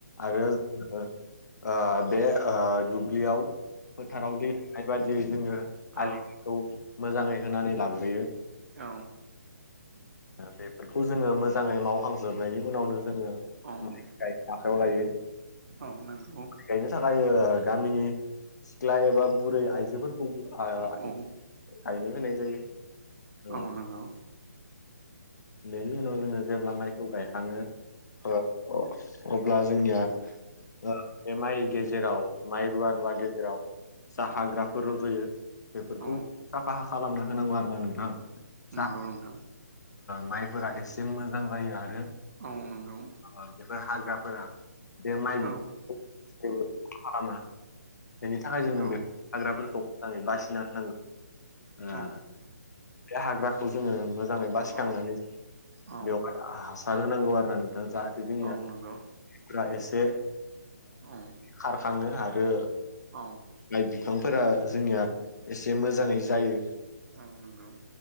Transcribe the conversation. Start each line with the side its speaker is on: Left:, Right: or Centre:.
Left: आरो। ओ ओ बे दुब्लियाव फोथाराव दै थानाय बायदियै जोङो
Right: औ
Left: आलिखौ मोजाङै होनानै लाग्रोयो।
Right: औ
Left: बेफोरखौ जोङो मोजाङै मावखांजोबनायनि उनावनो जोङो
Right: ओं
Left: माइखौ गायनो आखायाव लायो
Right: औ नंगौ
Left: गायनो थाखाय गामिनि सिख्ला एबा बुरै आइजोफोरखौबो गायनो
Right: औ औ
Left: होनाय जायो। ओ
Right: औ नंगौ
Left: बेनि उनाव जोङो जेब्ला माइखौ गायखाङो अब्ला जोंनिया बे माइ गेजेराव माइ रुवा रुवा गेजेराव जा हाग्राफोर रज'यो बेफोरखौ
Right: औ
Left: सफाहा खालामना होनांगौ आरो ना नोंथां। ज
Right: नंगौ नोंथां
Left: माइफोरा एसे मोजां जायो आरो
Right: औ नंगौ
Left: औ बेफोर हाग्राफोरा बे माइ
Right: औ
Left: बिफां जेबो खालामा बेनि थाखाय जोङो
Right: औ
Left: बे हाग्राफोरखौ मोजाङै बासिना होनांगौ
Right: औ
Left: ओ बे हाग्राखौ जोङो मोजाङै बा सिखांनानै
Right: औ औ
Left: बेव हासार होनांगौ आरो ना नोंथाङा जाहाथे जोंनिया
Right: औ नंगौ
Left: दा एसे
Right: औ
Left: खारखाङो आरो
Right: औ
Left: लाइ बिफांफोरा जोंनिया एसे मोजाङै जायो
Right: औ नंगौ